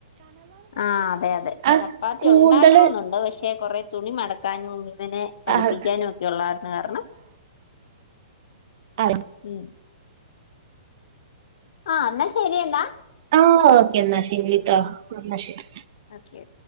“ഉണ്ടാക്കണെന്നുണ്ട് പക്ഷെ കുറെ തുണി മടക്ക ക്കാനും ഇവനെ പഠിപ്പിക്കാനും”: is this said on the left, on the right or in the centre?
Left